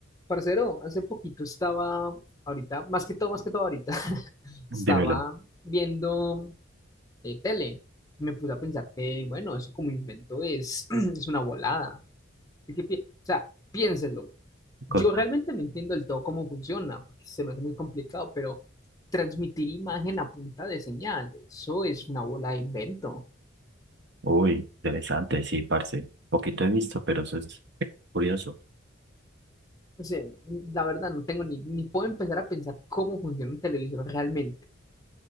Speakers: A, on the left; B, on the right.
A: Parcero, hace poquito estaba, ahorita, más que todo, más que todo ahorita, <laughs> estaba
B: Dímelo.
A: viendo eh, tele. Me puse a pensar que, bueno, eso como invento es, <clears throat> es una volada. Así que, pi- o sea, piénsenlo. Yo
B: Cosa.
A: realmente no entiendo del todo cómo funciona, porque se me hace muy complicado, pero transmitir imagen a punta de señal, eso es una bola de invento.
B: Uy, interesante, sí, parce. Poquito he visto, pero eso es curioso.
A: O sea, la verdad no tengo ni, ni puedo empezar a pensar cómo funciona un televisor realmente.